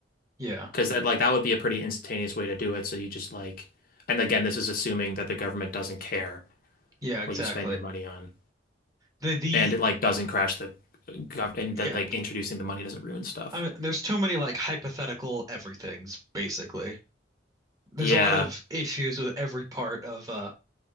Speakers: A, on the right; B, on the left.
A: Yeah,
B: because that like that would be a pretty instantaneous way to do it. So you just like, and again, this is assuming that the government doesn't care
A: yeah, exactly.
B: what you spend your money on,
A: The the
B: and it like doesn't crash the gov and
A: yeah,
B: that like introducing the money doesn't ruin stuff.
A: I mean, there's too many like hypothetical everythings basically. There's
B: Yeah,
A: a lot of issues with every part of uh